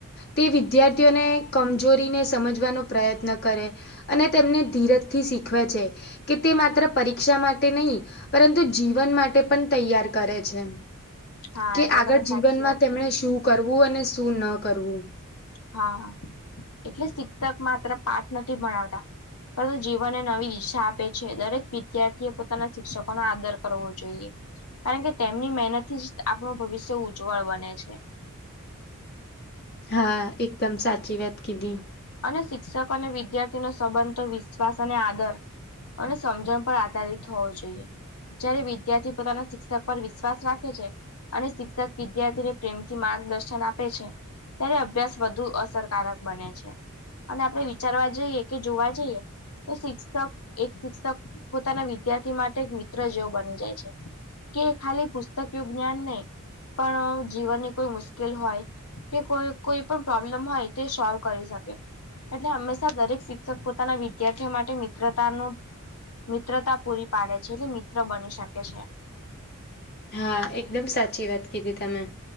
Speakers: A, on the left; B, on the left.
A: તે વિદ્યાર્થીઓને કમજોરીને સમજવાનો પ્રયત્ન કરે. અને તેમને ધીરજ થી શીખવે છે કે તે માત્ર પરીક્ષા માટે નહીં પરંતુ જીવન માટે પણ તૈયાર કરે છે.
B: હા
A: કે
B: એ તો
A: આગળ
B: તમે
A: જીવનમાં
B: સાચી વાત
A: તેમણે
B: કીધી
A: શું
B: છે
A: કરવું અને શું ન કરવું.
B: હા એટલે શિક્ષક માત્ર પાઠ નથી ભણાવતા. પરંત જીવનને નવી ઈચ્છા આપે છે દરેક વિદ્યાર્થી એ પોતાના શિક્ષકોનોો આદર કરવો જોઈએ. કારણ કે તેમની મહેનત થી જ આપણું ભવિષ્ય ઉજ્જવળ બને છે.
A: હા એકદમ સાચી વાત કીધી.
B: અને શિક્ષકો અને વિદ્યાર્થી નો સંબંધ વિશ્વાસ અને આદર અને સમજણ પર આધારિત હોવો જોઈએ. જયારે વિદ્યાર્થી પોતાના શિક્ષક પર વિશ્વાસ રાખે છે. અને શિક્ષક વિદ્યાર્થીને પ્રેમથી માર્ગદર્શન આપે છે. ત્યારે અભ્યાસ વધુ અસરકારક બને છે. અને આપણે વિચારવા જઈએ કે જોવા જઈએ તો શિકષક એક શિક્ષક પોતાના વિદ્યાર્થી માટે એક મિત્ર જેવો બની જાય છે. કે ખાલી પુસ્તક ય જ્ઞાન નહી પણ જીવનની કોઈ મુશ્કેલ હોય કે કોઈ કોઈ પણ પ્રોબ્લમ હોય તે સોલ્વ કરી શકે એટલે હંમેશા દરેક શિક્ષક પોતાના વિદ્યાર્થીઓ માટે મિત્રતાનો મિત્રતા પૂરી પાડે છે એટલે મિત્ર બની શકે છે.
A: હા એકદમ સાચી વાત કીધી તમે.